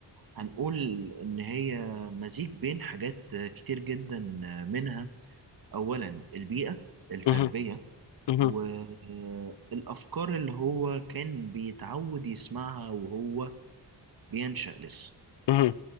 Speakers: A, on the right (about 55°); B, on the left (about 80°).
A: هنقول ان هي مزيج بين حاجات كتير جدا منها أولا البيئة التربية
B: مهم. مهم.
A: والأفكار اللي هو كان بيتعود يسمعها وهو بينشأ لسه
B: مهم.